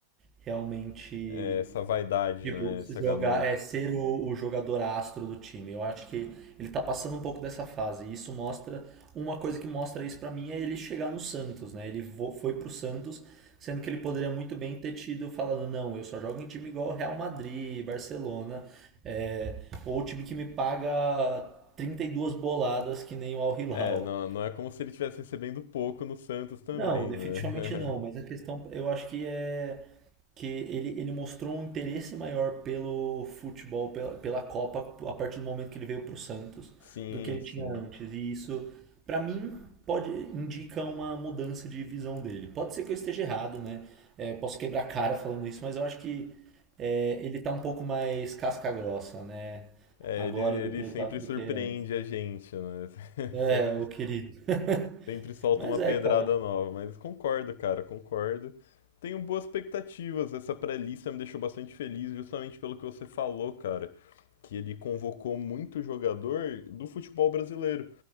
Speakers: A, on the right (about 25°); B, on the left (about 55°).
A: realmente
B: é, essa vaidade,
A: Tipo,
B: né?
A: se
B: Essa
A: jogar,
B: ganância.
A: é ser o, o jogador astro do time. Eu acho que ele tá passando um pouco dessa fase. E isso mostra. Uma coisa que mostra isso pra mim é ele chegar no Santos, né? Ele vo- foi pro Santos, sendo que ele poderia muito bem ter tido falado, não, eu só jogo em time igual Real Madrid, Barcelona, é, ou time que me paga 32 boladas que nem o Al Hilal.
B: É, não, não é como se ele estivesse recebendo pouco no Santos também,
A: Não, definitivamente
B: né?
A: não, mas a questão eu acho que é que ele, ele mostrou um interesse maior pelo futebol, pela, pela Copa, a partir do momento que ele veio para o Santos,
B: <laughs> Sim,
A: do que ele
B: sim.
A: tinha antes. E isso, para mim, pode indica uma mudança de visão dele. Pode ser que eu esteja errado, né? É, eu posso quebrar a cara falando isso, mas eu acho que é, ele tá um pouco mais casca grossa, né?
B: É,
A: Agora
B: ele, ele
A: do que, ele
B: sempre
A: tá- do
B: surpreende
A: que antes.
B: a gente, né? <laughs>
A: É,
B: Sem-
A: o querido. <laughs>
B: Sempre solta
A: Mas
B: uma pedrada
A: é, cara.
B: nova, mas concordo, cara, concordo. Tenho boas expectativas. Essa pré-lista me deixou bastante feliz, justamente pelo que você falou, cara, que ele convocou muito jogador do futebol brasileiro.